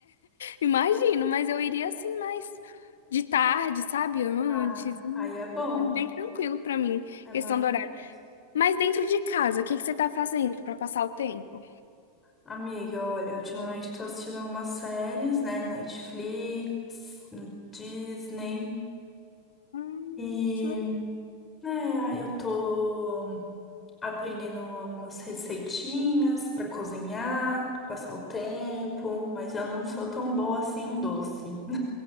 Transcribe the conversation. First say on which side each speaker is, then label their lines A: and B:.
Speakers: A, on the left; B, on the left.
A: Imagino, mas eu iria assim mais de tarde, sabe? Antes.
B: Ah,
A: hum,
B: aí é bom,
A: Bem tranquilo pra mim.
B: é
A: Questão
B: maravilhoso.
A: do horário. Mas dentro de casa, o que que você tá fazendo pra passar o tempo?
B: Amiga, olha, ultimamente tô assistindo algumas séries, né, na Netflix, no Disney,
A: Hum,
B: e,
A: que legal.
B: né, aí eu tô. aprendendo algumas receitinhas pra cozinhar, pra passar o tempo, mas eu não sou tão boa assim em doce.